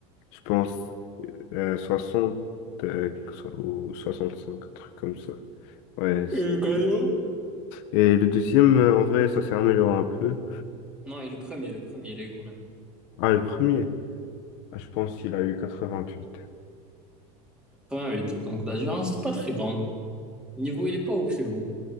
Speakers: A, on the left; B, in the centre.
A: je pense, euh, 60 euh, so- ou 65, un truc comme ça. Ouais. c'est-
B: Et gagnant?
A: Et le deuxième, euh, en vrai, ça s'est amélioré un peu.
B: Non, et le premier, le premier, il a eu combien?
A: Ah, le premier, ah, je pense qu'il a eu quatre vingt huit
B: huit Donc la différence, c'est pas très grande. Le niveau, il est pas ouf chez vous.